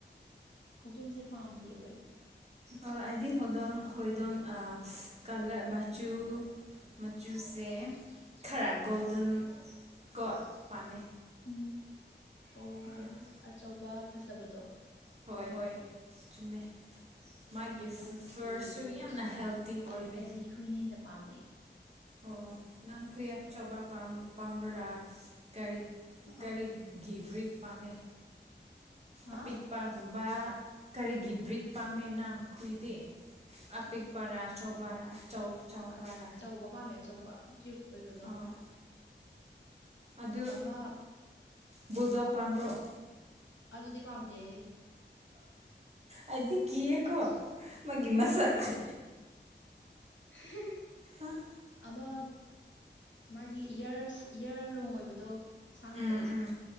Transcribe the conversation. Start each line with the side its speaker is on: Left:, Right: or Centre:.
Left: ꯍꯧꯗꯣꯡꯁꯦ ꯄꯥꯝꯗꯦꯕ ꯑꯩꯗꯤ꯫
Right: ꯑꯥ ꯑꯩꯗꯤ ꯍꯧꯗꯣꯡ ꯍꯣꯏꯗꯣꯟ ꯑꯥ ꯀꯂꯛ ꯃꯆꯨ꯫ ꯃꯆꯨꯁꯦ ꯈꯔ ꯒꯣꯜꯗꯟ ꯀꯣ ꯄꯥꯝꯃꯦ
Left: ꯎꯝ ꯑꯩ
Right: <inaudible>
Left: ꯑꯆꯧꯕ ꯐꯖꯕꯗꯣ
Right: ꯍꯣꯏ ꯍꯣꯏ ꯆꯨꯝꯃꯦ ꯃꯥꯒꯤ
Left: ꯑꯣꯀꯦ
Right: ꯐꯥꯔꯁꯨ
Left: ꯑꯣꯀꯦ
Right: ꯌꯥꯝꯅ ꯍꯦꯜꯗꯤ ꯑꯣꯏꯗꯦ
Left: ꯑꯩꯗꯤ ꯍꯨꯏꯅ ꯍꯦꯟꯅ ꯄꯥꯝꯃꯦ
Right: ꯑꯣ ꯅꯪ ꯍꯨꯏ ꯑꯆꯧꯕ ꯄꯥꯝ ꯄꯥꯝꯕꯔꯥ ꯀꯩ
Left: ꯑ
Right: ꯀꯔꯤ ꯒꯤ ꯕ꯭ꯔꯤꯗ ꯄꯥꯝꯃꯦ
Left: ꯍꯥ
Right: ꯑꯄꯤꯛꯄꯒꯨꯝꯕ ꯀꯔꯤꯒꯤ ꯕ꯭ꯔꯤꯗ ꯄꯥꯝꯃꯦ ꯅꯪ ꯍꯨꯏꯗꯤ ꯑꯄꯤꯛꯄꯔꯥ ꯑꯆꯧꯕꯔꯥ ꯆꯧ ꯆꯧꯕꯔꯥ
Left: ꯑ ꯆꯧꯕ ꯄꯥꯝꯃꯦ ꯑꯆꯧꯕ ꯀ꯭ꯌꯨꯠ ꯑꯣꯏꯕꯗꯣ
Right: ꯑꯥ ꯑꯗꯨ
Left: ꯑꯃ
Right: ꯕꯨꯜꯗꯣꯛ ꯄꯥꯝꯕ꯭ꯔꯣ
Left: ꯑꯗꯨꯗꯤ ꯄꯥꯝꯗꯦꯍꯦ
Right: ꯑꯩꯗꯤ ꯀꯤꯑꯦꯀꯣ ꯃꯥꯒꯤ ꯃꯁꯛꯁꯦ
Left: ꯍꯣꯏ <inaudible>
Right: ꯑꯥ
Left: ꯑꯃ ꯃꯥꯒꯤ ꯏꯌꯔꯁ ꯏꯌꯔ ꯂꯣꯡ ꯑꯣꯏꯕꯗꯣ ꯑꯁꯥꯡꯕꯗꯣ
Right: ꯎꯝ ꯎꯝ